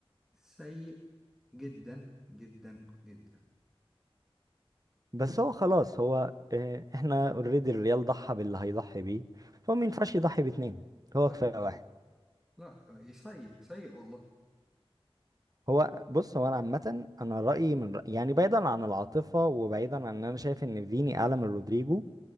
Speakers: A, in the centre; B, on the right.
A: سيء جدا جدا جدا
B: بس هو خلاص هو آه، احنا اوريدي الريال ضحى باللي هيضحي بيه هو ما ينفعش يضحي باتنين هو
A: لا
B: كفايه واحد
A: لا سيء سيء والله
B: هو بص هو انا عامه انا رايي من رأي يعني بعيدا عن العاطفه وبعيدا عن ان انا شايف ان فيني اعلى من رودريجو